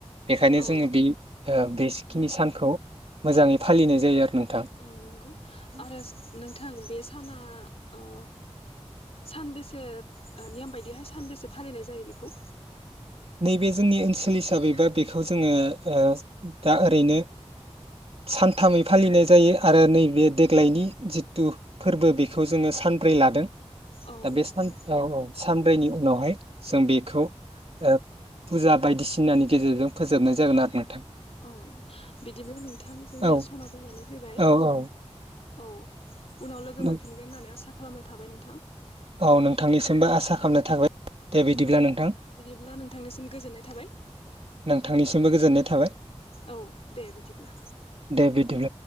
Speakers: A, on the right; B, on the left.
A: बेखायनो
B: औ
A: जोङो
B: औ
A: बे ओ बेजिखिनि सान खौ मोजाङै फालिनाय जायो आरो नों
B: औ नोंगौ आरो नोंथां बे साना ओ सानबेसे ओ नियम बायदिहाय सानबेसे फालिनाय जायो बेखौ?
A: नैबे जोंनि ओनसोल हिसाबैबा बेखौ जोङो ओ दा ओरैनो सानथामै फालिनाय जायो आरो नैबे देग्लायनि जिथु फोरबो बेखौ जोङो सानब्रै लादों।
B: औ
A: दा बे
B: नंगौ
A: सान‌ औ औ सानब्रैनि उनावहाय जों बेखौ ओ फुजा बायदिसिनानि गेजेरजों फोजोबनाय जागोन आरो नोंथां
B: औ बिदिब्ला नोंथां जोंनिया
A: औ
B: समा जानानै फैबाय
A: औ औ
B: औ उनाव लोगो
A: नों
B: मोनफिनगोन होननानै आसा खालामनाय थाबाय नोंथां।
A: औ नोंथांनिसिमबो आसा खालामनाय थाबाय दे बिदिब्ला
B: औ
A: नोंथां
B: बिदिब्ला नोंथांनिसिम गोजोननाय थाबाय।
A: नोंथांनिसिमबो गोजोननाय थाबाय
B: औ दे बिदिब्ला।
A: दे बिदिब्ला